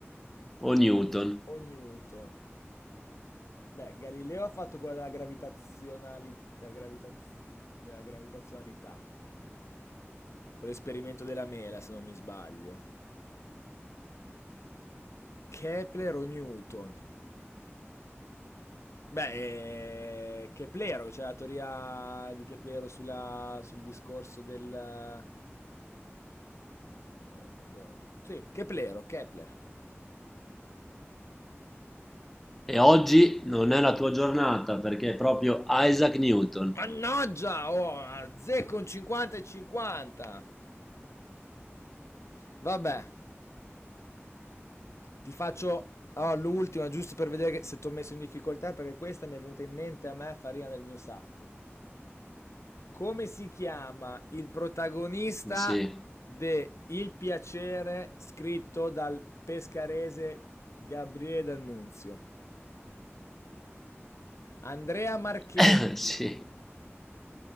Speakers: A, in the centre; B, on the left.
A: o Newton.
B: o Newton. Beh, Galileo ha fatto quella della gravitazionalità. Della, gravitaz- della gravitazionalità. con l'esperimento della mela, se non mi sbaglio. Kepler o Newton? Beh, eh, Keplero, c'è cioè la teoria di Keplero sulla, sul discorso del... eh, eh, sì, Keplero, Kepler.
A: E oggi non è la tua giornata perché è proprio Isaac Newton.
B: Mannaggia, oh, azzecco un 50 e 50. Vabbè, ti faccio oh, l'ultima giusto per vedere che- se ti ho messo in difficoltà perché questa mi è venuta in mente a me farina del mio sacco. Come si chiama il protagonista
A: Sì,
B: de Il piacere scritto dal pescarese Gabriele D'Annunzio? Andrea Marchesi,
A: <coughs> <laughs> sì.